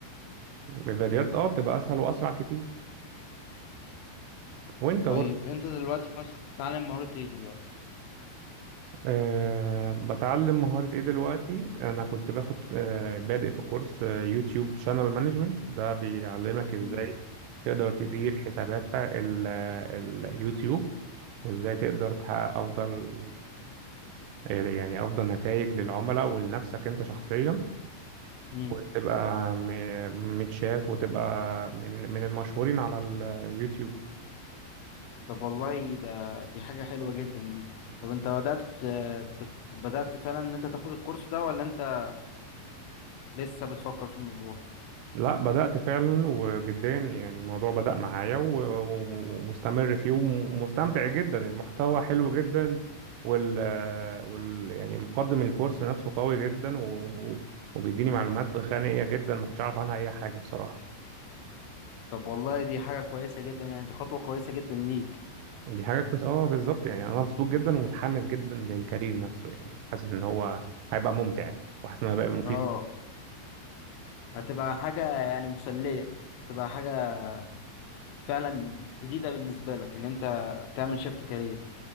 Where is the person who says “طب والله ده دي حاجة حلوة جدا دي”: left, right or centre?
Left